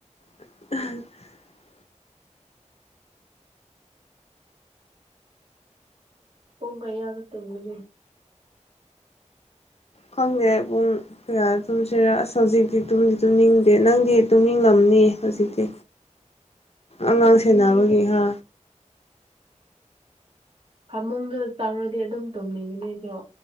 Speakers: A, on the left; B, on the right.
A: <unintelligible>
B: ꯄꯨꯡ ꯀꯌꯥꯗ ꯇꯨꯝꯒꯅꯤ
A: ꯈꯪꯗꯦ ꯄꯨꯡ ꯀꯌꯥꯗ ꯇꯨꯝꯁꯤꯔ ꯑꯁ ꯍꯧꯖꯤꯛꯇꯤ ꯇꯨꯝꯗꯤ ꯇꯨꯝꯅꯤꯡꯗꯦ ꯅꯪꯗꯤ ꯇꯨꯝꯅꯤꯡꯉꯝ ꯗꯤ ꯍꯧꯖꯤꯛꯇꯤ ꯑꯉꯥꯡ
B: ꯇꯨꯝꯅꯤꯡꯗꯦꯗ
A: ꯁꯦꯟꯅꯕꯒꯤ ꯍꯥ
B: ꯐꯃꯨꯡꯗ ꯆꯪꯉꯗꯤ ꯑꯗꯨꯝ ꯇꯨꯝꯅꯤꯡꯒꯅꯤ ꯑꯗꯣ